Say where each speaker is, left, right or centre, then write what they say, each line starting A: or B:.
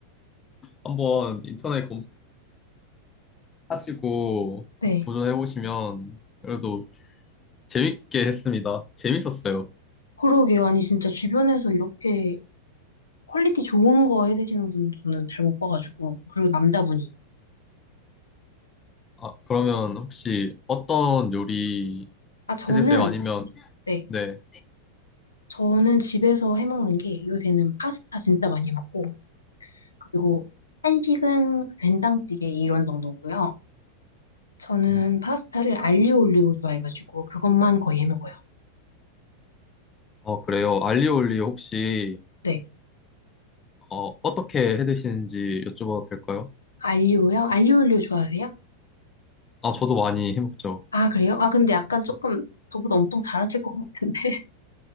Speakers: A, on the left; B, on the left.
A: 한번 인터넷 검색하시고
B: 네.
A: 도전해보시면 그래도 재밌게 했습니다. 재밌었어요.
B: 그러게요. 아니, 진짜 주변에서 이렇게 퀄리티 좋은 거 해드시는 분 저는 잘 못 봐가지고. 그리고 남자분이.
A: 아, 그러면 혹시 어떤 요리
B: 아, 저는,
A: 해드세요? 아니면,
B: 네.
A: 네.
B: 저는 집에서 해먹는 게 요새는 파스타 진짜 많이 해 먹고, 그리고 한식은 된장찌개 이런 정도고요. 저는
A: 음,
B: 파스타를 알리오 올리오 좋아해가지고 그것만 거의 해먹어요.
A: 어, 그래요. 알리올리 혹시,
B: 네.
A: 어, 어떻게 해드시는지 여쭤봐도 될까요?
B: 알리오요? 알리오 올리오 좋아하세요?
A: 아, 저도 많이 해먹죠.
B: 아, 그래요? 아, 근데 약간 조금 저보다 엄청 잘하실 것 같은데. <laughs>